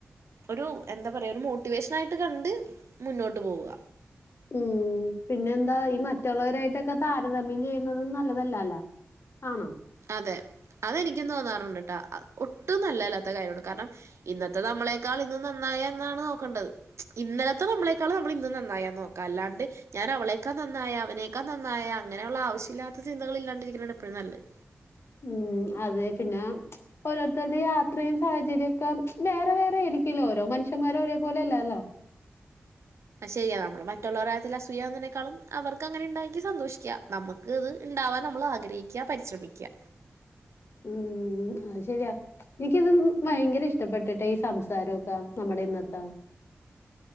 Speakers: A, on the right; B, on the left.
A: ഒരു എന്താ പറയുക ഒരു മോട്ടിവേഷൻ ആയിട്ട് കണ്ട് മുന്നോട്ട് പോവുക
B: ഉം പിന്നെ എന്താ ഈ മറ്റുള്ളവരായിട്ടൊക്കെ താരതമ്യം ചെയ്യുന്നത് നല്ലതല്ല അല്ലോ ആണോ
A: അതെ അതെനിക്കും തോന്നാറുണ്ട് ട്ടോ ഒട്ടും നല്ലതല്ലാത്ത കാര്യമാണ് കാരണം ഇന്നത്തെ നമ്മളെക്കാൾ ഇന്നും നന്നായ എന്നാണ് നോക്കണ്ടത് ഇന്നലത്തെ നമ്മളെക്കാളും നമ്മള് ഇന്ന് നന്നായന്ന് നോക്കാം അല്ലാണ്ട് ഞാൻ അവളെക്കാ നന്നായ അവനേക്കാ നന്നായ അങ്ങനെയുള്ള ആവശ്യല്ലാത്ത ചിന്തകൾ ഇല്ലാണ്ടിരിക്കുന്നാണ് എപ്പോഴും നല്ലത്.
B: ഉം അതെ പിനാ ഓരോരുത്തരുടെ യാത്രയും സാഹചര്യംക്കെ വേറെ വേറെ ആയിരിക്കല്ലോ ഓരോ മനുഷ്യമാരും ഒരേപോലെല്ലല്ലോ?
A: ചെയ്യാം നമ്മള് മറ്റുള്ളവരുടെ കാര്യതിൽ അസൂയുന്നതിനേക്കാളും അവർക്ക്ങ്ങനെ ഉണ്ടെങ്കിൽ സന്തോഷിക്കാം നമ ക്ക്ത് ഉണ്ടാവാൻ നമ്മൾ ആഗ്രഹിക്കുക പരിശ്രമിക്കുക.
B: ഉം ശരിയാ എനിക്കിത് ഭയങ്കര ഇഷ്ടപ്പെട്ടിട്ട് ഈ സംസാരംക്കെ നമ്മടെ ഇന്നത്തെ.